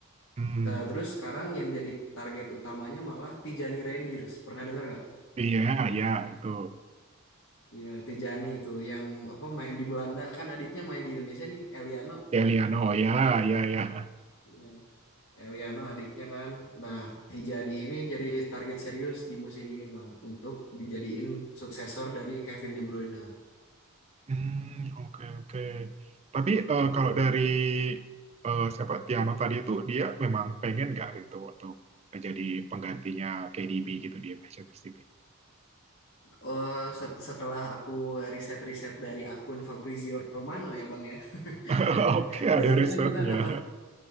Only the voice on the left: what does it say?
Ta- Terus sekarang yang jadi target utamanya malah Tijani Reindeers. Pernah denger nggak?
Iya, Tijani itu yang apa main di Belanda kan adiknya main di Indonesia nih, Eliano.
Iya, Eliano adiknya kan. Nah, Tijani ini jadi target serius di musim ini, Bang, untuk dijadiin suksesor dari Kevin De Bruyne
gitu.
Oh, set- setelah aku riset-riset dari akun Fabrizio Romano ya, Bang ya. <laughs>
Biasanya
kan kita dapat